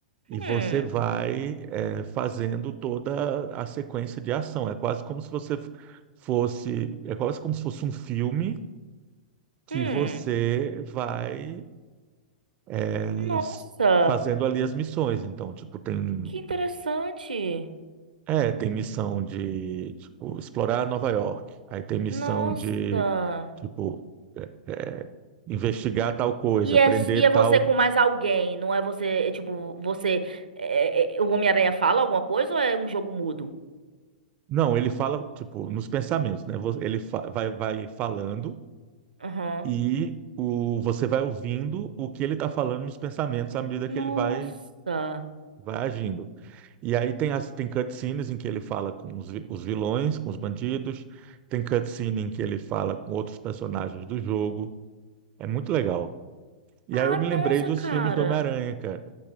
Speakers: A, on the right; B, on the right.
A: e
B: Hum,
A: você vai, é, fazendo toda a sequência de ação. É quase como se você f- fosse, é quase como se fosse um filme que
B: hum.
A: você vai é,
B: Nossa,
A: s- fazendo ali as missões. Então, tipo, tem,
B: que interessante.
A: é, tem missão de, tipo, explorar Nova York. Aí tem missão
B: Nossa.
A: de, tipo, eh, eh, investigar tal coisa,
B: E
A: prender
B: é, e é
A: tal.
B: você com mais alguém, não é você, é tipo, você. é- é- é, o Homem-Aranha fala alguma coisa ou é um jogo mudo?
A: Não, ele fala, tipo, nos pensamentos, né? Vo- Ele fa- vai, vai falando
B: Aham.
A: e o, você vai ouvindo o que ele está falando nos pensamentos à medida
B: Nossa.
A: que ele vai Vai agindo. E aí tem as tem cutscenes em que ele fala com os, vi- os vilões, com os bandidos, tem cutscene em que ele fala com outros personagens do jogo. É muito legal. E
B: Ah,
A: aí eu me lembrei
B: nossa,
A: dos
B: cara.
A: filmes do Homem-Aranha, cara.